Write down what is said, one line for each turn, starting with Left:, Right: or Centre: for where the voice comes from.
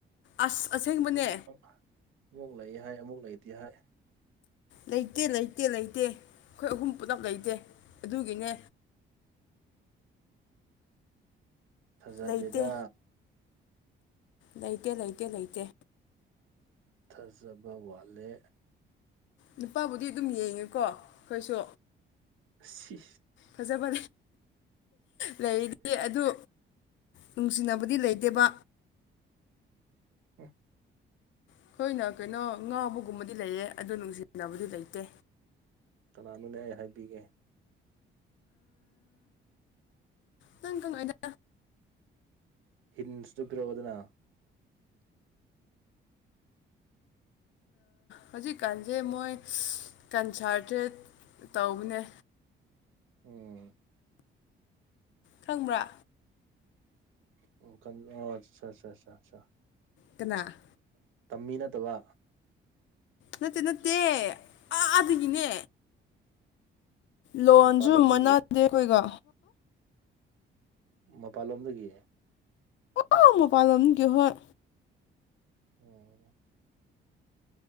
Left: ꯑꯁ ꯑꯁꯦꯡꯕꯅꯦ
Right: ꯑꯃꯨꯛ ꯑꯃꯨꯛ ꯂꯩ ꯍꯥꯏ ꯑꯃꯨꯛ ꯂꯩꯇꯦ ꯍꯥꯏ
Left: ꯂꯩꯇꯦ ꯂꯩꯇꯦ ꯂꯩꯇꯦ ꯑꯩꯈꯣꯏ ꯑꯍꯨꯝ ꯄꯨꯂꯞ ꯂꯩꯇꯦ ꯑꯗꯨꯒꯤꯅꯦ
Right: ꯐꯖꯗꯦꯗ
Left: ꯂꯩꯇꯦ ꯂꯩꯇꯦ ꯂꯩꯇꯦ ꯂꯩꯇꯦ
Right: ꯊꯥꯖꯕ ꯋꯥꯂꯦ
Left: ꯅꯨꯄꯥꯕꯨꯗꯤ ꯑꯗꯨꯝ ꯌꯦꯡꯉꯦꯀꯣ ꯑꯩꯈꯣꯏꯁꯨ
Right: ꯑ ꯁꯤ
Left: ꯐꯖꯕ ꯂꯩꯔꯤꯗꯤ ꯑꯗꯨ ꯅꯨꯡꯁꯤꯅꯕꯗꯤ ꯂꯩꯇꯦꯕ
Right: ꯑ
Left: ꯑꯩꯈꯣꯏꯅ ꯀꯩꯅꯣ ꯉꯥꯎꯕꯒꯨꯝꯕꯗꯤ ꯂꯩꯌꯦ ꯑꯗꯨ ꯅꯨꯡꯁꯤꯅꯕꯗꯤ ꯂꯩꯇꯦ
Right: ꯀꯅꯥꯅꯣꯅꯦ ꯑꯩ ꯍꯥꯏꯕꯤꯒꯦ
Left: ꯅꯪ ꯀꯃꯥꯏꯅ
Right: ꯍꯤꯟꯁꯇꯣ ꯄꯤꯔꯛꯑꯣ ꯑꯗꯨꯅ
Left: ꯍꯧꯖꯤꯛꯀꯥꯟꯁꯦ ꯃꯣꯏ ꯀꯟꯁꯥꯔꯇ꯭ꯔꯦꯠ ꯇꯧꯕꯅꯦ
Right: ꯎꯝ
Left: ꯈꯪꯕ꯭ꯔꯥ
Right: ꯑꯣ ꯑꯆꯥ ꯑꯆꯥ ꯑ
Left: ꯀꯅꯥ
Right: ꯇꯝꯃꯤ ꯅꯠꯇꯕ
Left: ꯅꯠꯇꯦ ꯅꯠꯇꯦ ꯑꯗꯥꯒꯤꯅꯦ ꯂꯣꯟꯁꯨ
Right: ꯃꯄꯥꯟꯂꯣꯝꯗꯒꯤ
Left: ꯃꯅꯥꯗꯦ ꯑꯩꯈꫭꯏꯒ
Right: ꯃꯄꯥꯟꯂꯣꯝꯗꯒꯤ
Left: ꯑꯥꯎ ꯃꯣ ꯄꯜꯂꯝꯝ ꯀꯣꯍꯣꯏ
Right: ꯑꯣꯝ